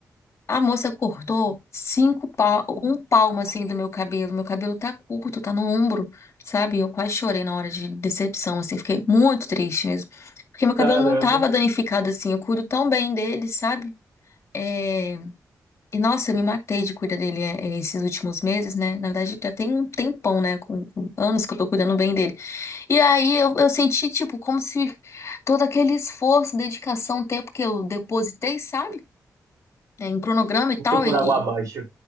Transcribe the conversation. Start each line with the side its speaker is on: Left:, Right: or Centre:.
Left: A moça cortou cinco pa um palmo assim do meu cabelo. Meu cabelo tá curto, tá no ombro, sabe? Eu quase chorei na hora de decepção, assim, fiquei muito triste mesmo. Porque meu
Right: Caramba,
Left: cabelo não tava danificado assim, eu cuido tão bem dele, sabe? é e nossa, eu me matei de cuidar dele é, é, esses últimos meses, né? Na verdade, já tem um tempão, né? Com, com anos que eu tô cuidando bem dele. E aí eu, eu senti, tipo, como se todo aquele esforço, dedicação, tempo que eu depositei, sabe? É, em cronograma e tal,
Right: foi por
Left: e,
Right: água abaixo.
Left: e